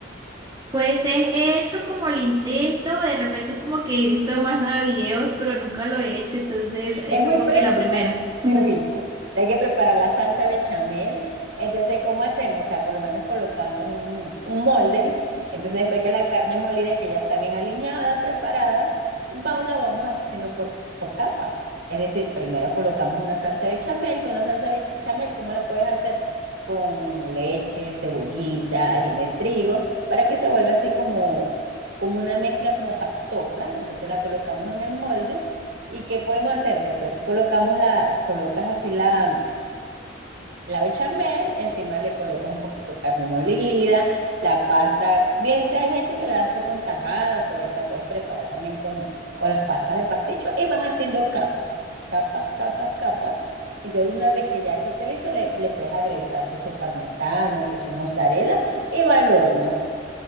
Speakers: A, on the right; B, on the right.
A: Pues he, he hecho como el intento, de repente como que he visto más nada videos, pero nunca lo he hecho, entonces es
B: Es
A: como
B: muy práctico,
A: que la primera. <laughs>
B: muy rico. Hay que preparar la salsa bechamel. Entonces, ¿cómo hacemos? O sea, por lo menos colocamos un, un molde. Entonces, después que la carne molida, que ya está bien aliñada, preparada, vamos, la vamos haciendo por, por capa. Es decir, primero colocamos una salsa bechamel, que una salsa bechamel, ¿cómo la puedes hacer? Con leche, cebollita, harina de trigo, para que se vuelva así como, como una mezcla como pastosa. Entonces la colocamos en el molde ¿Y qué podemos hacer después que colocamos la, colocas así la, la bechamel, encima le colocas un poquito de carne molida, la pasta, bien sea hay gente que la hace con tajada, pues la puedes preparar también con, con las pastas de pasticho y vas haciendo capas, capas, capas, capas. Entonces, una vez que ya eso esté listo, le, le puedes agregar queso parmesano, queso mozzarella y va al horno.